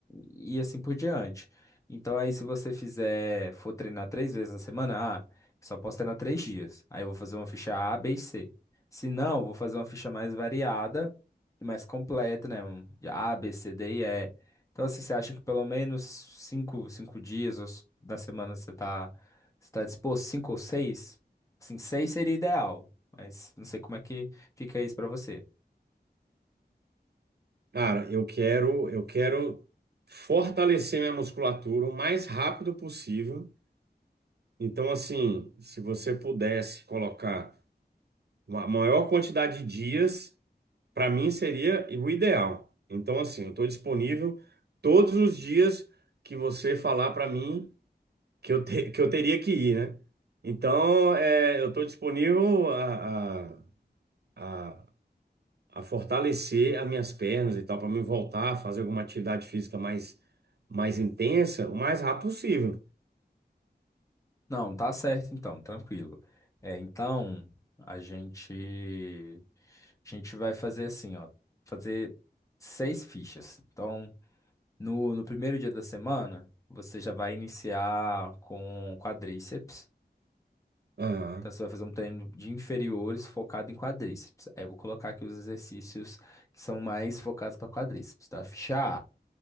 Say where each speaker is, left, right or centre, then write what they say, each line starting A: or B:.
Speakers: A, on the left; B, on the right.
A: e assim por diante. Então aí se você fizer, for treinar três vezes na semana, ah, só posso treinar três dias. Aí eu vou fazer uma ficha A, B e C. Se não, eu vou fazer uma ficha mais variada e mais completa, né? um de A, B, C, D e E. Então assim, você acha que pelo menos cinco, cinco dias ou s- da semana você tá, você tá disposto, cinco ou seis? Assim, seis seria ideal, mas não sei como é que fica isso pra você.
B: Cara, eu quero, eu quero fortalecer minha musculatura o mais rápido possível Então, assim, se você pudesse colocar uma maior quantidade de dias, para mim seria o ideal. Então, assim, eu estou disponível todos os dias que você falar para mim que eu, te- <laughs> que eu teria que ir, né? Então, é, eu estou disponível a, a, a, a fortalecer as minhas pernas e tal, para me voltar a fazer alguma atividade física mais, mais intensa o mais rápido possível.
A: Não, tá certo então, tranquilo. É, então a gente a gente vai fazer assim, ó, fazer seis fichas. Então, no, no primeiro dia da semana, você já vai iniciar com quadríceps.
B: Aham.
A: Então, você vai fazer um treino de inferiores focado em quadríceps. Aí eu vou colocar aqui os exercícios que são mais focados para quadríceps, tá? Ficha A.